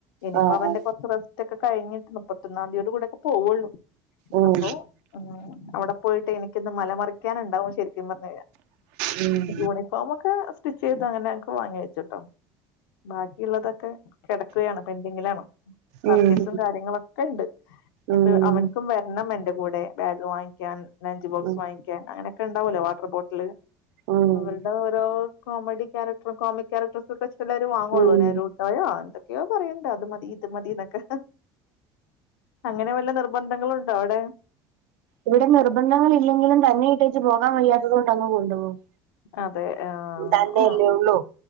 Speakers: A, on the left (about 85°); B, on the right (about 75°).
A: ഇനിയിപ്പൊ
B: ആഹ്
A: അവന്റെ കുറച്ച് ഇതക്കെ കഴിഞ്ഞിട്ട് മുപ്പത്തൊന്നാം തീയതി കൂടെ ഒക്കെ പോവയുള്ളൂ
B: ഉം
A: അപ്പോ അവിടെ പോയിട്ട് എനിക്കൊന്ന് മലമറി പിക്കാനണ്ടാവും ശരി സത്യം പറഞ്ഞു കഴിഞ്ഞ
B: ഉം
A: യൂണിഫോ ഒക്കെ ചെയ്ത് അങ്ങനെക്കെ വാങ്ങി വെച്ചിട്ടോ ബാക്കിയുള്ളതൊക്കെ കിടക്കുകയാണ് പെൻഡിങ്ങിലാണ് പർച്ചേസും
B: ഉം
A: കാര്യങ്ങളൊക്കെ ഉണ്ട്
B: ഉം
A: അപ്പൊ അവനക്കും വരണം എന്റെ കൂടെ ബാഗ് വാങ്ങിക്കാൻ ലഞ്ച് ബോക്സ്
B: ഉം
A: വാങ്ങിക്കാൻ അങ്ങനെ ഒക്കെണ്ടാവല്ലേ വാട്ടർ ബോട്ടില്
B: ഉം
A: അവരുടെ ഓരോ കോമഡി കാരക്ർ കോമിക് കാരക്ടർസ് ഒക്കെ എല്ലരും വാങ്ങള്ളൂ
B: ഉം
A: നേരൂട്ടായോ ക്കെയോ പറയണ്ടോ അത് മതി ഇത് മതിന്നൊക്കെ അങ്ങനെ വല്ല നിർബന്ധങ്ങളുണ്ടോ അവിടെ
B: ഇവിടെ നിർബന്ധങ്ങൾ ഇല്ലെങ്കിലും തന്നെ ഇട്ടേച്ച് പോകാൻ വയ്യാത്തത് കൊണ്ട് അങ് കൊണ്ടു പോകും
A: അതെ ആഹ്
B: തന്നെയല്ലേ ഉള്ളൂ